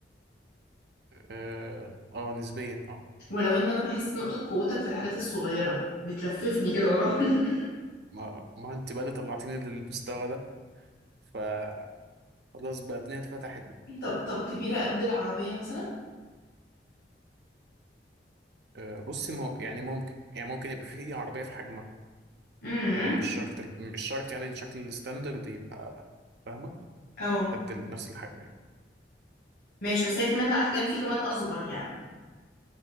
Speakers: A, on the right (about 65°); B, on the left (about 80°).
A: اه آه، نسبيا اه
B: ولو ان انا بحس نقطه قوتك في الحاجات الصغيره بتلففني كده وراه <laughs>
A: ما ما انت بقى اللي طلعتيني للمستوى ده فخلاص بقى الدنيا اتفتحت
B: طب طب كبيره قد العربيه مثلا
A: آه، بصي مو يعني ممكن يعني ممكن يبقى فيه عربية في حجمها
B: امم
A: يعني مش شرط ال- مش شرط يعني الشكل الستاندرد يبقى فاهمة
B: اه
A: قد ال- نفس الحجم يعني
B: ماشي بس هي في منها احجام في كمان اصغر يعني